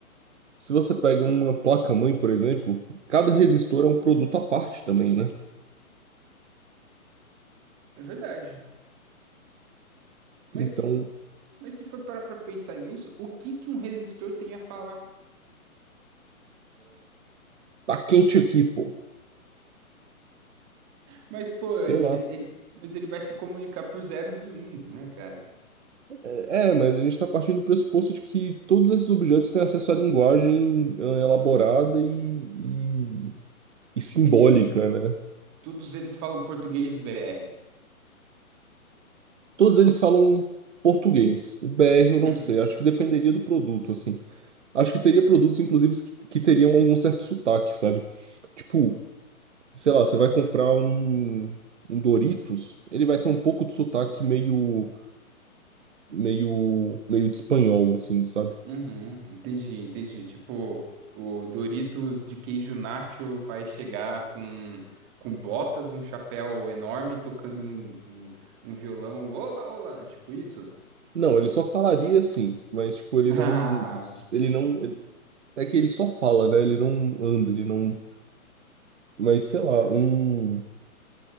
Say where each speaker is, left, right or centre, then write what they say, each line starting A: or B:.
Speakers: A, on the right (about 55°); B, on the right (about 20°).
A: Se você pega uma placa-mãe, por exemplo, cada resistor é um produto à parte também, né?
B: É verdade. Mas,
A: Então,
B: mas se for parar pra pensar nisso, o que que um resistor tem a falar?
A: tá quente aqui, pô.
B: Mas, pô,
A: Sei
B: ele,
A: lá.
B: ele- mas ele vai se comunicar por zeros e uns, né, cara?
A: É, é, mas a gente tá partindo do pressuposto de que todos esses objetos têm acesso à linguagem ah, elaborada e, e, e simbólica,
B: Entendi. Todos,
A: né?
B: todos eles falam português BR.
A: Todos eles falam português. BR eu não
B: Uhum,
A: sei. Acho que dependeria do produto, assim. Acho que teria produtos, inclusive, que, que teriam algum certo sotaque, sabe? Tipo, sei lá, você vai comprar um, um Doritos, ele vai ter um pouco de sotaque meio, meio, meio de espanhol, assim, sabe?
B: uhum. Entendi, entendi. Tipo, o Doritos de queijo nacho vai chegar com, com botas, um chapéu enorme, tocando um, um, um violão. Olá, olá! Tipo isso? <laughs>
A: Não, ele só falaria assim, mas tipo, ele
B: Ah,
A: não, ele não, ele- é que ele só fala, né? Ele não anda, ele não, mas sei lá,
B: hum.
A: um,